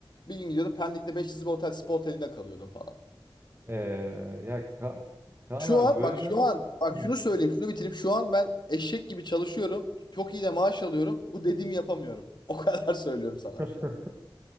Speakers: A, on the left (about 55°); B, on the right (about 30°).
A: bir gün gidiyordum Pendik'te 5 yıldızlı bir otel spa otelinde kalıyordum falan.
B: Ee, ya Ka Kaan
A: Şu
B: abi
A: an
B: böleceğim.
A: bak şu an bak
B: Hı.
A: şunu söyleyeyim şunu bitireyim. Şu an ben eşek gibi çalışıyorum. Çok iyi de maaş alıyorum. Bu dediğimi yapamıyorum. <laughs> O kadar söylüyorum sana.
B: <laughs>